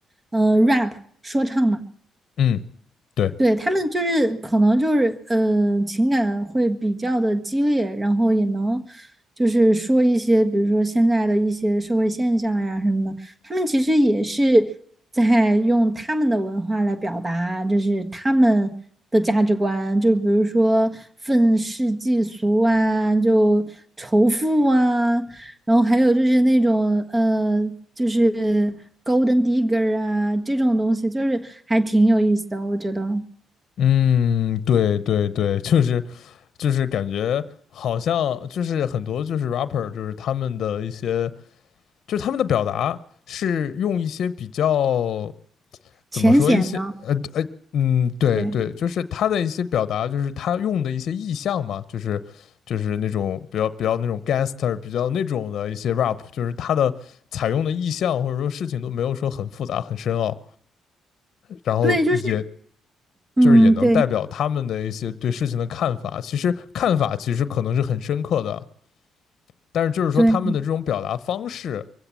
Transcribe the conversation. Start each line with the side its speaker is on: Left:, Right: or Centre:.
Right: 呃，rap 说唱嘛。
Left: 嗯，对，
Right: 对，他们就是可能就是呃情感会比较的激烈，然后也能就是说一些，比如说现在的一些社会现象呀什么的，他们其实也是在用他们的文化来表达，就是他们的价值观，就比如说愤世嫉俗啊，就仇富啊，然后还有就是那种呃，就是 Golden Digger 啊这种东西，就是还挺有意思的，我觉得。
Left: 嗯，对对对，就是就是感觉好像就是很多就是 rapper 就是他们的一些就是他们的表达是用一些比较怎么说一些呃呃嗯对对，
Right: 浅显的，对，
Left: 就是他的一些表达，就是他用的一些意象嘛，就是就是那种比较比较那种 gangster 比较那种的一些 rap，就是他的采用的意象或者说事情都没有说很复杂很深奥，然后也
Right: 对，就是嗯，
Left: 就是也能代表他们的一些对事情的看法。
Right: 对
Left: 其实看法其实可能是很深刻的，但是就是说他们的这种表达方式。
Right: 对，